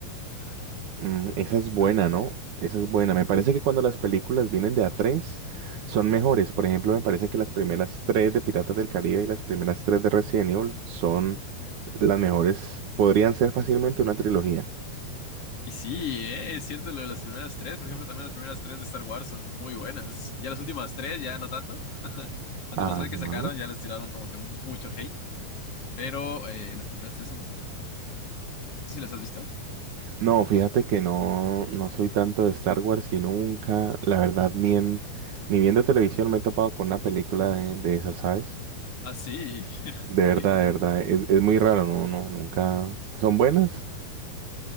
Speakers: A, on the left; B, on the right.
A: Ah, es muy
B: Mm,
A: buena
B: esa es buena,
A: también,
B: ¿no? Esa es buena.
A: sí.
B: Me parece que cuando las películas vienen de a tres son mejores. Por ejemplo, me parece que las primeras tres de Piratas del Caribe y las primeras tres de Resident Evil son las mejores. Podrían ser fácilmente una trilogía.
A: Y sí, eh, es cierto, lo de las primeras tres, por ejemplo, también las primeras tres de Star Wars son muy buenas. Ya las últimas tres, ya no tanto. <laughs>
B: Ajá.
A: Las últimas tres que sacaron ya les tiraron como que mucho hate, pero eh, las primeras tres son bastante buenas. No sé si las has visto.
B: No, fíjate que no, no soy tanto de Star Wars y nunca, la verdad, ni en, ni viendo televisión me he topado con una película de, de esas, ¿sabes?
A: Ah, sí, <laughs>
B: De
A: ok.
B: verdad, de verdad. Es, es muy raro, no, no, nunca. ¿Son buenas?